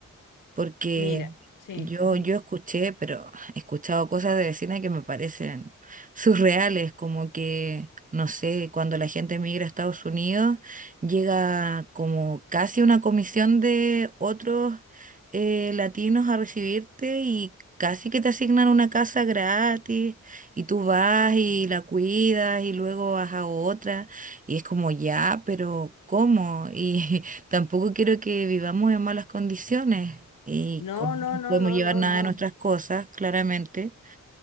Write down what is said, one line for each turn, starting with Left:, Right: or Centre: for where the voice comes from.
Right: porque
Left: Mira, sí.
Right: yo,
Left: ujú.
Right: yo escuché, pero <laughs> he escuchado cosas de vecinas que me parecen surreales, como que, no sé, cuando la gente migra a Estados Unidos, llega como casi una comisión de otros eh, latinos a recibirte y casi que te asignan una casa gratis y tú vas y la cuidas y luego vas a otra y es como ya, pero ¿cómo? Y <laughs> Tampoco quiero que vivamos en malas condiciones y
Left: No,
Right: como
Left: no,
Right: no
Left: no,
Right: podemos
Left: no,
Right: llevar
Left: no,
Right: nada
Left: no.
Right: de nuestras cosas, claramente,